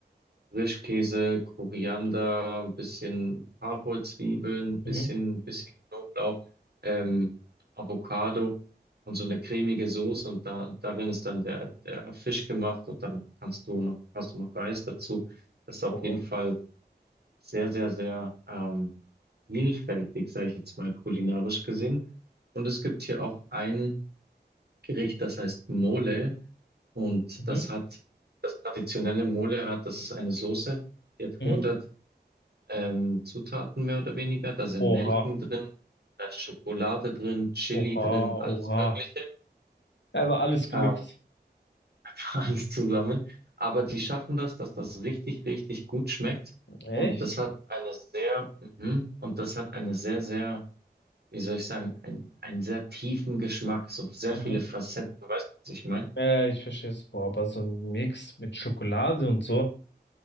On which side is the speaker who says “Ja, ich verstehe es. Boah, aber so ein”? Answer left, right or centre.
Left